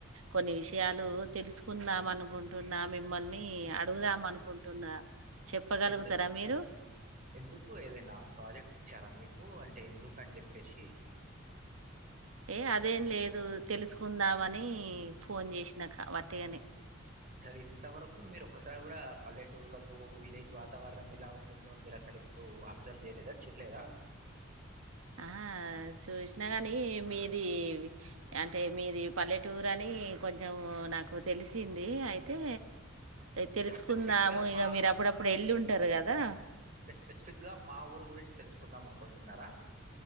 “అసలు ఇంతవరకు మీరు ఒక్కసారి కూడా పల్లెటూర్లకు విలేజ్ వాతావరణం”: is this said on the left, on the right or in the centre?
Right